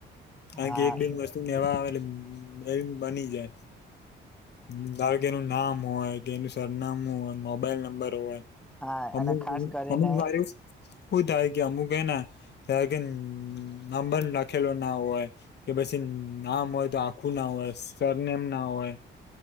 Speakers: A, on the left (about 60°); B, in the centre.
A: કાર
B: હા
A: કે એક બેન વસ્ને એવા આવે એટલે એવી બની જાય હ તાર કે એનું નામ હોય કે એનું સરનામું હોય મોબાઈલ નંબર હોય
B: હા
A: અમુક
B: અને ખાસ કરીને
A: અમુક મા હું થાય કે અમુક ને ત્યારે કે નાંબર લખેલો ના હોય કે પી પછી નામ હોય તો આખું ના હોય સરનેમ ના હોય..